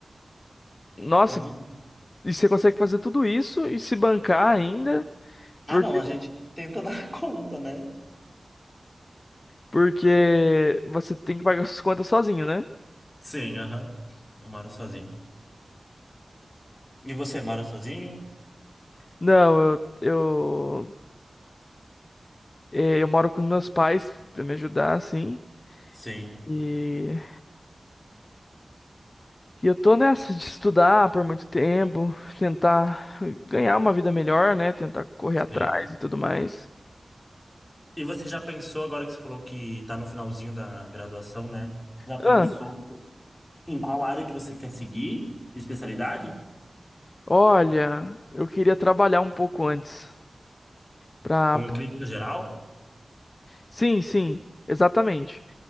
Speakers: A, on the left; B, on the left.
A: nossa,
B: Uhum.
A: e você consegue fazer tudo isso e se bancar ainda,
B: Ah,
A: porque,
B: não, a gente tenta dar <laughs> conta, né?
A: porque você tem que pagar <laughs> suas contas sozinho, né?
B: Sim, aham. Eu moro sozinho. E você mora sozinho?
A: Não, eu, eu, é, eu moro com meus pais pra me ajudar, assim.
B: Sim,
A: E, e eu tô nessa de estudar por muito tempo, tentar ganhar uma vida melhor, né? Tentar correr
B: sim.
A: atrás e tudo mais.
B: E você já pensou, agora que você falou que tá no finalzinho da graduação, né? Já pensou
A: Ah,
B: em qual área que você quer seguir? Especialidade?
A: olha, eu queria trabalhar um pouco antes. Pra,
B: Com clínica geral?
A: Sim, sim, exatamente.